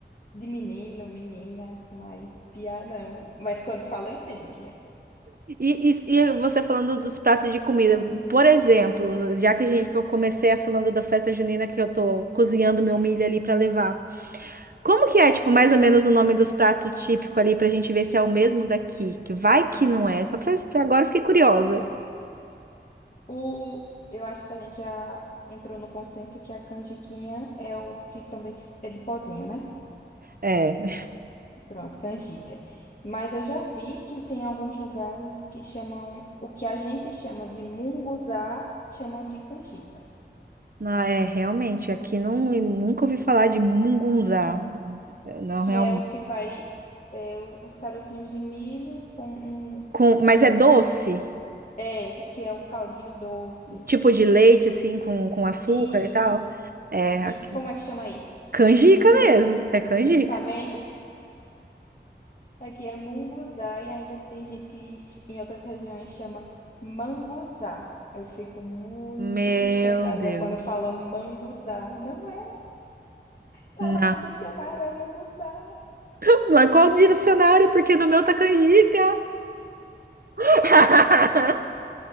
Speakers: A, on the left; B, on the right.
A: de menino, menina, mas piá não. Mas quando fala eu entendo o que é.
B: E, e- e você falando dos pratos de comida, por exemplo, já que a gente, que eu comecei a falando da festa junina que eu tô cozinhando meu milho ali para levar. Como que é, tipo, mais ou menos o nome dos pratos típicos ali pra gente ver se é o mesmo daqui? Que vai que não é, só pra pra agora eu fiquei curiosa.
A: O, eu acho que a gente já entrou no consenso que a canjiquinha é o que também é de pozinho, né?
B: É,
A: Pronto, canjica. Mas eu já vi que tem alguns lugares que chamam, o que a gente chama de munguzá, chamam de canjica.
B: não é realmente, aqui não eu nunca ouvi falar de mungunzá. Não,
A: que
B: realmente.
A: é o que vai é, o- os carocinhos de milho com um,
B: Com, mas
A: um
B: é doce?
A: é, que é um caldinho doce.
B: Tipo de leite assim com, com açúcar
A: Isso.
B: e tal? É,
A: Isso,
B: aqui.
A: como é que chama aí?
B: Canjica mesmo, é canjica.
A: Tá vendo? Aqui é munguzá e ainda tem gente que ch- em outras regiões chama manguzá. Eu fico muito
B: Meu
A: estressada
B: Deus.
A: quando falam manguzá. Não é, tá
B: Não.
A: lá no dicionário, é munguzá.
B: <laughs> Mas qual direcionário? Porque no meu tá canjica. <laughs>